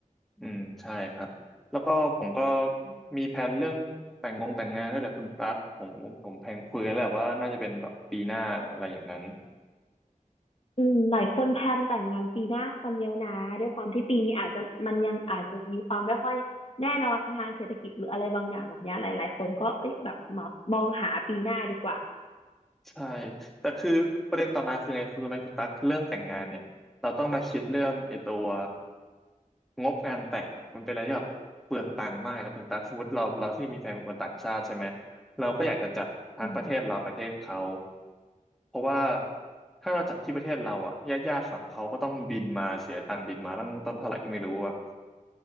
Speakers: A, in the centre; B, on the left.
A: อืมใช่ครับแล้วก็ผมก็มีแผนเรื่องแต่งงงแต่งงานด้วยแหละคุณตั๊ดผมผมผมแพลนคุยกันแล้วแหละว่าน่าจะเป็นแบบปีหน้าแหละอะไรอย่างนั้น
B: อืมหลายคนแพลนแต่งงานปีหน้ากันเยอะนะด้วยความที่ปีนี้อาจจะมันยังอาจจะมีความไม่ค่อยแน่นอนทางเศรษฐกิจหรืออะไรบางอย่างแบบเนี้ยหลายๆคนก็เอ้ยแบบมองมองหาปีหน้าดีกว่า
A: ใช่แต่คือประเด็นต่อมาคือไงคือไหมคุณตั๊กเรื่องแต่งงานเนี่ยเราต้องมาคิดเรื่องไอ้ตัว งบงานแต่งอะมันเป็นอะไรที่แบบเปลืองตังค์มากนะคุณตั๊กสมมติเราเราที่มีแฟนเป็นคนต่างชาติใช่ไหมเราก็อยากจะจัดทั้งประเทศเราประเทศเขา
B: อืม
A: เพราะว่าถ้าเราจัดที่ประเทศเราอะญาติญาติฝั่งเขาก็ต้องบินมาเสียตังค์บินมาตั้งต้นเท่าไหร่ก็ไม่รู้อะ